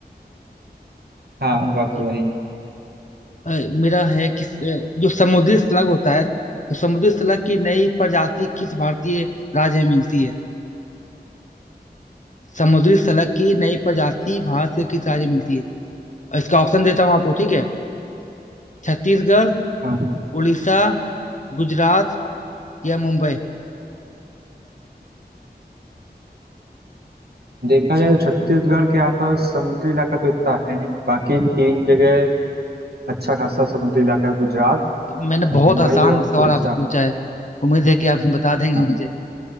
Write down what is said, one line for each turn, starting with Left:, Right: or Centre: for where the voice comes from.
Right: हाँ बात
Left: तो
Right: हो रही है
Left: अ, मेरा है कि अ, जो समुद्री स्लग होता है तो समुद्री स्लग की नई प्रजाति किस भारतीय राज्य में मिलती है समुद्री स्लग की नई प्रजाति भारत के किस राज्य में मिलती है और इसका ऑप्शन देता हूँ आपको ठीक है छत्तीसगढ़
Right: हाँ
Left: उड़ीसा गुजरात या मुंबई
Right: देखा जाए तो छत्तीसगढ़ के आसपास समुद्री इलाका तो इतना है नहीं बाकी तीन जगह अच्छा खासा समुद्री इलाका है, गुजरात
Left: मैंने
Right: मुंबई
Left: बहुत आसान
Right: और
Left: सवाल
Right: उड़ीसा
Left: आपसे पूछा है उम्मीद है कि आप बता देंगे
Right: है
Left: मुझे